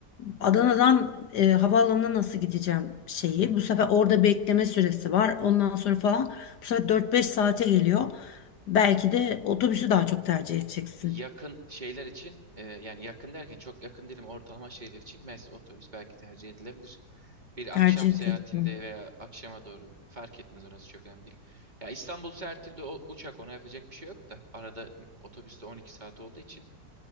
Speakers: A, on the left (about 70°); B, on the right (about 25°).
A: Adana'dan e, havaalanına nasıl gideceğim şeyi. Bu sefer orada bekleme süresi var. Ondan sonra falan. Bu sefer dört beş saate geliyor. Belki de otobüsü daha çok tercih edeceksin.
B: Yakın şeyler için e, yani yakın derken çok yakın değilim ortalama şeyler için mesela otobüs belki tercih edilebilir. Bir
A: Tercih
B: akşam seyahatinde
A: edeceksin.
B: veya akşama doğru fark etmez orası çok önemli değil. Ya İstanbul her türlü o- uçak ona yapacak bir şey yok da arada otobüste 12 saat olduğu için